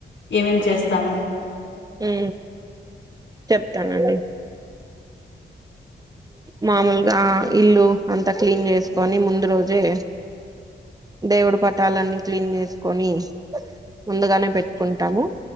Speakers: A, on the left (about 70°); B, on the right (about 20°).
A: ఏమేం చేస్తాము
B: హ చెప్తానుండి మామూలుగా ఇల్లు అంతా క్లీన్ చేసుకొని ముందు రోజే
A: అ
B: దేవుడి పటాలన్నీ క్లీన్ చేస్తా ని ముందుగానే పెట్టుకుంటాము